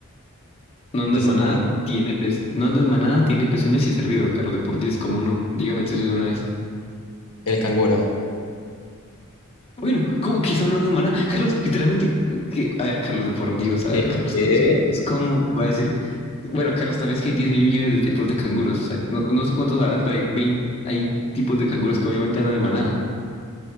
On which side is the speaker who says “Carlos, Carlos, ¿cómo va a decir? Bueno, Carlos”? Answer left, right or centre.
Left